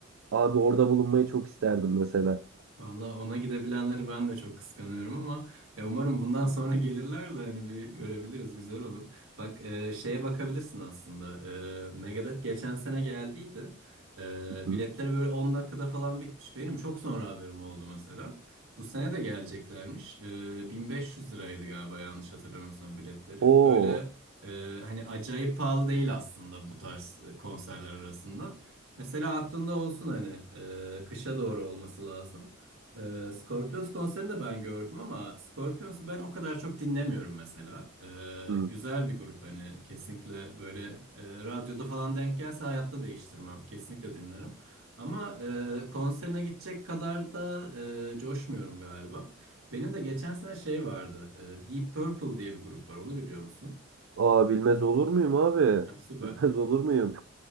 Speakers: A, on the right; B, on the right.
A: Abi orada bulunmayı çok isterdim mesela.
B: Valla ona gidebilenleri ben de çok kıskanıyorum ama ya umarım bundan <laughs> sonra gelirler de hani bir görebiliriz güzel olur. Bak e, şeye bakabilirsin aslında. E, Megadeth geçen sene geldiydi. E,
A: Hı.
B: biletleri böyle 10 dakikada falan bitmiş. Benim çok sonra haberim oldu mesela. Bu sene de geleceklermiş. E, 1500 liraydı galiba yanlış hatırlamıyorsam biletleri.
A: Oo.
B: Böyle e, hani acayip pahalı değil aslında bu tarz e, konserler arasında. Mesela aklında olsun hani e, kışa doğru olması lazım. Ee, Scorpions konserini de ben gördüm ama Scorpions'u ben o kadar çok dinlemiyorum mesela. Ee,
A: Hı.
B: güzel bir grup hani kesinlikle böyle e, radyoda falan denk gelse hayatta değiştirmem. Kesinlikle dinlerim. Ama e, konserine gidecek kadar da e, coşmuyorum galiba. Benim de geçen sene şey vardı. e, Deep Purple diye bir grup var. Onu biliyor musun?
A: Aa bilmez olur muyum abi?
B: Heh, süper.
A: <laughs> Bilmez olur muyum?